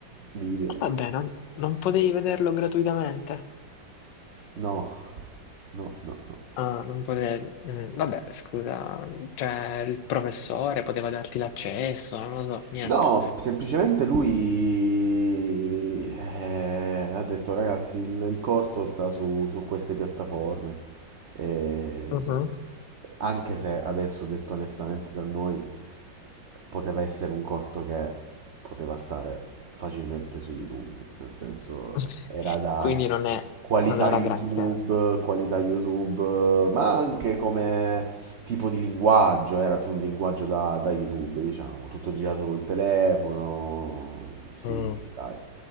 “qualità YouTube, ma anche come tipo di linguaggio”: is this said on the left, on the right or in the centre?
Right